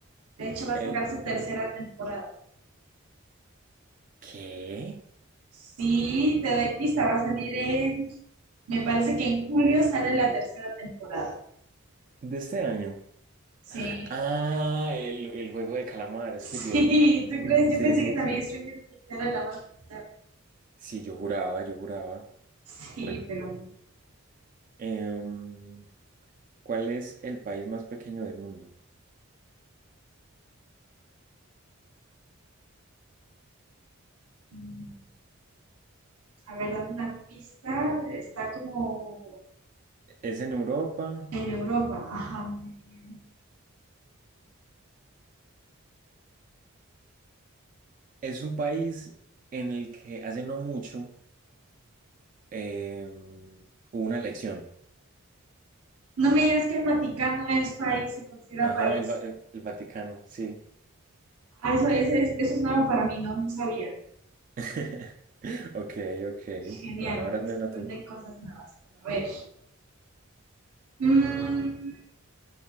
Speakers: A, on the right (about 85°); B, on the right (about 35°).
A: De hecho, va
B: ¿El
A: a sacar su tercera temporada.
B: qué?
A: Sí, te doy pista, va a salir en, me parece que en julio sale la tercera temporada.
B: ¿De este año?
A: Sí,
B: Ah, el, el juego del calamar,
A: sí,
B: Squid Game.
A: ¿tú crees?
B: Sí,
A: Yo pensé
B: sí,
A: que también
B: sí.
A: Stranger Things era la más popular.
B: Sí, yo juraba, yo juraba.
A: Sí,
B: Bueno,
A: pero no.
B: em, ¿Cuál es el país más pequeño del mundo?
A: Mm, A ver, dame una pista. Está como
B: Es en Europa.
A: en Europa. Ajá, muy bien.
B: Es un país en el que hace no mucho eh, hubo una elección.
A: No me digas que el Vaticano es país, se considera
B: Ajá,
A: país.
B: el, Va- el- el Vaticano, sí.
A: Ah, eso, ese es, eso es nuevo para mí, no, no sabía.
B: <laughs> Ok, ok.
A: Genial,
B: Bueno,
A: bueno,
B: ahora me
A: se
B: a
A: aprenden
B: tú.
A: cosas nuevas. Pero a ver. Mm,